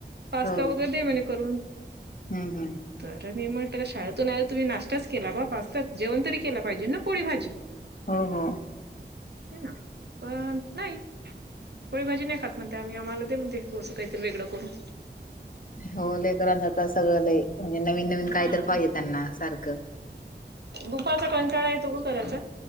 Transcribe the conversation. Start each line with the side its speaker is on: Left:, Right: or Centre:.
Right: पास्ता
Left: हो
Right: वगैरे दे म्हणे करून
Left: हम्म हम्म.
Right: तर मी म्हटलं का शाळेतून आले तुम्ही नाश्ताच केला बा पास्ता जेवण तरी केल पाहिजे ना पोळी भाजी
Left: हो हो
Right: है ना पण नाही पोळी भाजी नाही खात म्हणते आम्ही आम्हाला दे म्हणते तो असं काहीतरी वेगळं करून
Left: हो लेकरांच आता सगळं लय म्हणजे नवीन नवीन
Right: हा.
Left: काय तर पाहिजे त्यांना सारखं
Right: दुपारचा कंटाळा येतो ग करायचा